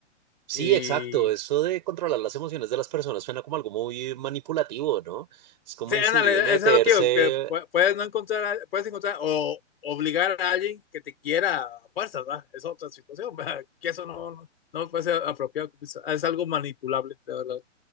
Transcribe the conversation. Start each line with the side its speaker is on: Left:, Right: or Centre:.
Right: Sí,
Left: Y
Right: exacto. Eso de controlar las emociones de las personas suena como algo muy manipulativo, ¿no? Es como
Left: sí,
Right: incidir
Left: ándale,
Right: y meterse
Left: es lo que digo, que pu- puedes no encontrar, puedes encontrar o obligar a alguien que te quiera a fuerzas, ¿verdad? Es otra situación, <laughs> ¿verdad? Que eso no, no, no me parece apropiado, es algo manipulable, la verdad.